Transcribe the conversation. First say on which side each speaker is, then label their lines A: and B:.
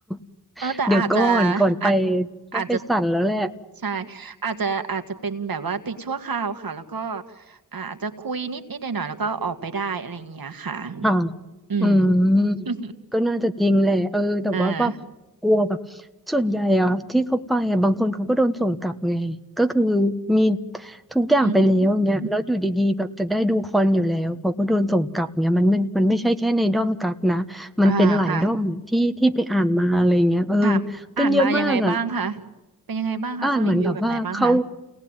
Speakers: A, in the centre; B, on the right.
A: <laughs>
B: เออแต่อาจจะ
A: เดี๋ยวก่อนก่อนไป
B: อาจ
A: ต้องไปสั่นแล้วแหละ
B: อาจจะใช่อาจจะอาจจะเป็นแบบว่าติดชั่วคราวค่ะแล้วก็อาอาจจะคุยนิดนิดหน่อยหน่อยๆแล้วก็ออกไปได้อะไรอย่างเงี้ยค่ะ
A: ค่ะ
B: อืม
A: อืม
B: <laughs>
A: ก็น่าจะจริงแหละเออแต่ว่าว่า
B: เออ
A: กลัวแบบส่วนใหญ่อะที่เขาไปอะบางคนเขาก็โดนส่งกลับไง ก็คือมีทุกอย่างไปแล้วอย่างเงี้ยแล้วอยู่ดีๆแบบจะได้ดูคอนอยู่แล้วเขาก็โดนส่งกลับเงี้ยมันมันมันไม่ใช่แค่ในด้อมกักนะมันเป็นหลายด้อมที่ที่ไปอ่านมาอะไรเงี้ยเออ
B: อืมอ่าค่ะค่ะอ่านมายังไงบ้างคะ
A: เป็นเยอะมากอะ
B: เป็นยังไงบ้างคะเขารีวิวแบบไหนบ้างคะ
A: อ่านเหมือนแบบว่าเขา